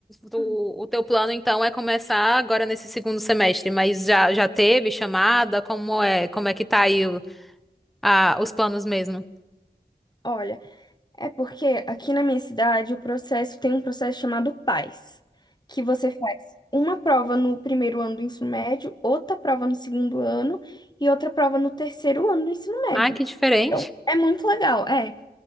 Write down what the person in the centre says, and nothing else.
tu-
o teu plano então é começar agora nesse segundo semestre, mas já já teve chamada? Como é? Como é que tá aí o- a- os planos mesmo?
Ah,
que diferente.